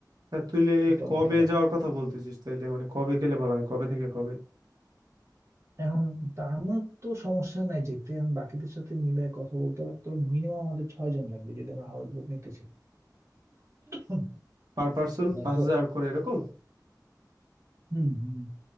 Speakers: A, on the right; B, on the right.
A: তা তুই লে-
B: এটা
A: কবে
B: মাথায় রাখ
A: যাওয়ার কথা বলতেছিস তাইলে মানে কবে গেলে ভালো হয় কবে থেকে কবে
B: এখন তা আমার তো সমস্যা নাই যেতে এখন বাকিদের সাথে মিলে কথা বলতে হবে তবে মিনিমাম আমাদের ছয় জন লাগবে যদি আমরা হাউস বোট নিতে চাই হুম,
A: পার পার্সন
B: নয়তো
A: পাঁচ হাজার করে এরকম
B: হুম হুম